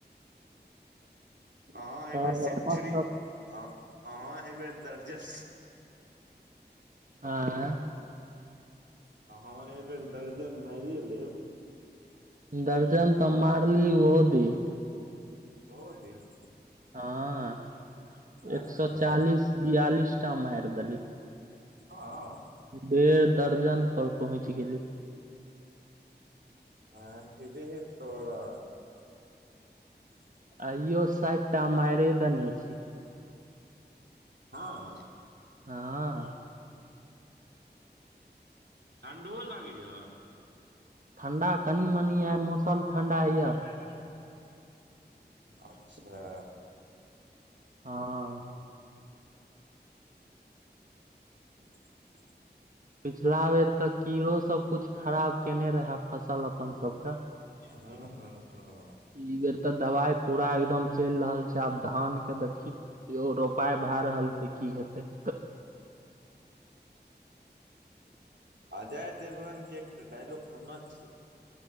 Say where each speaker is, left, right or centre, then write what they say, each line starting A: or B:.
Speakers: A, on the right; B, on the right.
A: अहाँ अय
B: तब
A: बेर सेंचरी ह हाँ एहि बेेर दर्जन
B: आँ
A: आहाँ एहिबेर दर्जन मारिय लेब।
B: दर्जन तऽ मारली ओहो दिन।
A: ओहो दिन।
B: हँ
A: अच्छा
B: एक सए चालीस बियालिस टा मारि देली।
A: हँ।
B: डेढ़ दर्जन पर पहुँचि गेली।
A: आहिरे तोराकेँ। <unintelligible>
B: आइयो साठि टा मारे देने छी।
A: हँ।
B: हँ।
A: ठंडो लागैया।
B: ठंडा कनी मनी आइ मौसम ठंडा या।
A: ह। <unintelligible> अच्छा।
B: हँ।
A: <inaudible>
B: पिछला बेर तऽ कीड़ो सब कुछ खराब केने रहा फसल अपन सबके।
A: हँ हँ हँ,
B: ई बेर तऽ दबाइ पूरा एकदम चैल रहल छै आब धान के देखी इहो रोपाइ भए रहल छै की हेतै।
A: अजय देवगन के एकटा डायलॉग सुनने छियै?